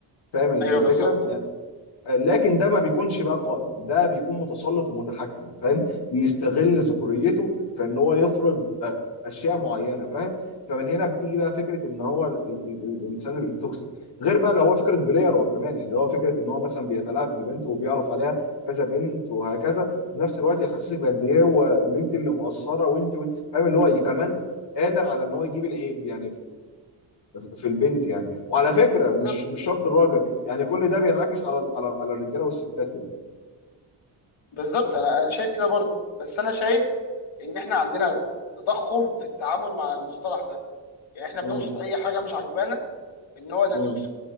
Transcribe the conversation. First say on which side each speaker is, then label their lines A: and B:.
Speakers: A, on the left; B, on the left.
A: فاهم الفكره
B: ايوه بالظبط
A: لكن ده ما بيكونش بقى قائد ده بيكون متسلط ومتحكم فاهم بيستغل ذكوريته في ان هو يفرض آه، اشياء معينه فاهم فمن هنا بتيجي بقى فكره ان هو ال- ال- ال- الانسان التوكسيك غير بقى لو هو فكره بلاير هو كمان يعني لو هو فكره ان هو مثلا بيتلاعب بالبنت وبيعرف عليها كذا بنت وهكذا في نفس الوقت يحسسك بقد ايه هو ان انت اللي مقصره وانت وإنت- فاهم اللي هو كمان قادر على ان هو يجيب العيب يعني في البنت يعني وعلى فكره
B: بالظبط
A: مش مش شرط الراجل يعني كل ده بينعكس على على على الرجاله والستات يعني
B: بالظبط انا انا شايف كده برضه بس انا شايف ان احنا عندنا تضخم في التعامل مع المصطلح ده يعني احنا بنوصف
A: امم
B: اي حاجه مش عاجبانا ان هو ده
A: امم
B: توكسيك